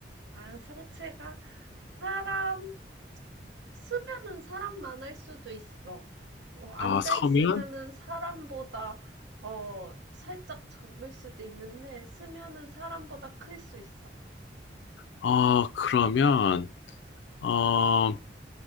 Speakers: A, on the right (about 85°); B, on the left (about 80°).
A: 아, 성체가? 사람, 쓰면은 사람만 할 수도 있어. 어, 앉아
B: 어, 서면?
A: 있으면은 사람보다, 어, 살짝 적을 수도 있는데, 쓰면은 사람보다 클 수 있어.
B: 어, 그러면, 어,